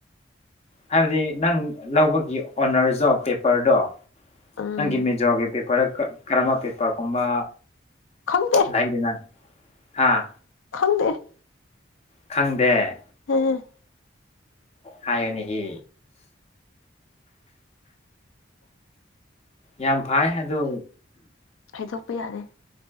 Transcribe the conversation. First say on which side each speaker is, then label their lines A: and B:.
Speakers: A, on the left; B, on the left.
A: ꯍꯥꯏꯕꯗꯤ ꯅꯪ ꯂꯧꯕꯒꯤ ꯑꯣꯅꯔꯗꯣ ꯄꯦꯄꯔꯗꯣ
B: ꯎꯝ
A: ꯅꯪꯒꯤ ꯃꯤꯖꯣꯒꯤ ꯄꯦꯄꯔꯗ ꯀꯥ ꯀꯔꯝꯕ ꯄꯦꯄꯔꯒꯨꯝꯕ
B: ꯈꯪꯗꯦ
A: ꯂꯩꯗꯅ ꯍꯥꯥ
B: ꯈꯪꯗꯦ
A: ꯈꯪꯗꯦ
B: ꯎꯝ
A: ꯍꯥꯏꯌꫭꯅꯦꯍꯦ ꯌꯥꯝ ꯐꯥꯏ ꯑꯗꯨ
B: ꯍꯥꯏꯗꯣꯛꯄ ꯌꯥꯗꯦ